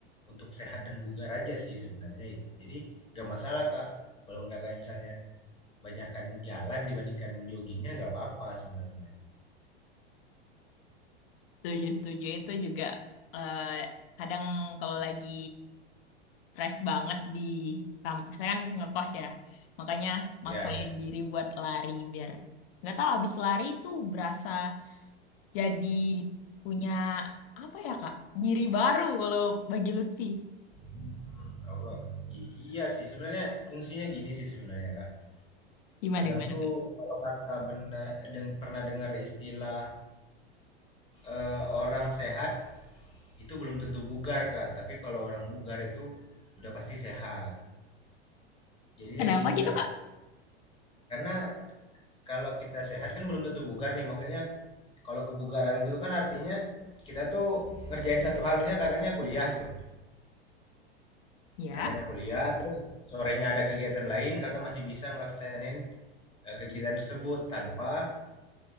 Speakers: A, on the left (about 15°); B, on the left (about 60°).
A: untuk sehat dan bugar aja sih sebenarnya itu jadi nggak masalah kak walaupun kakaknya misalnya banyakan jalan dibandingkan joggingnya nggak apa-apa sebenarnya.
B: Setuju, setuju itu juga eh, kadang kalau lagi stres banget di kam- saya kan ngekos ya. Makanya
A: Iya,
B: maksain
A: iya.
B: diri buat lari biar nggak tahu habis lari itu berasa jadi punya apa ya Kak? Diri baru kalau bagi Lutfi.
A: Mhm, aku i- iya sih sebenarnya fungsinya gini sih sebenarnya Kak.
B: Gimana
A: Kadang
B: gimana
A: tuh
B: tuh?
A: kalau Kakak benar deng pernah dengar istilah eh, orang sehat itu belum tentu bugar Kak, tapi kalau orang bugar itu udah pasti sehat. Jadinya
B: Kenapa
A: gini
B: gitu
A: Kak,
B: Kak?
A: karena kalau kita sehat kan belum tentu bugar nih maksudnya kalau kebugaran itu kan artinya kita tuh ngerjain satu hal misalnya kakaknya kuliah tuh
B: Ya.
A: Kakaknya kuliah, terus sorenya ada kegiatan lain, kakak masih bisa ngelaksanin eh, kegiatan tersebut tanpa